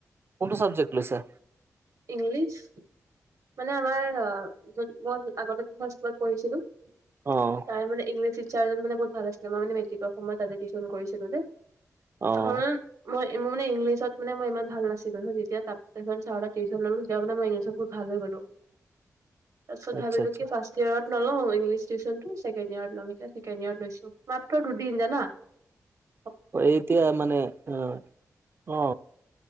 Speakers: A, on the right (about 40°); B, on the right (about 65°).
A: কোনটো চাবজেক্ট লৈছা।
B: ইংলিছ। মানে আমাৰ মই আগতে দুখন স্কুলত পঢ়িছিলোঁ।
A: অ'।
B: তাৰ মে ইংলিছ টিচাৰজন মান বহুত ভাল আছে মানে মেট্ৰিক সময় তাতে টিউচন কৰিছিলো যে
A: অ',
B: <unintelligible> মই মোৰ মে ইংলিছত মানে মই ইমান ভাল নাছিলো যেয়া ত চ টিউচন ললোঁ তেতিয়া মান মই ইংলিছত ভাল হৈ গলোঁ তাৰপিছত
A: আচ্ছা
B: ভাবিলোঁ
A: আচ্ছা।
B: কি ফ্ৰাষ্ট ইয়াৰ ত ইংলিছ টিউচন ছেকেণ্ড ইয়াৰ ল এ ছেকেণ্ড ইয়াৰত লৈছোঁ মাত্ৰ দুদিন জানা। <inaudible>
A: এতিয়া মানে অ, অ।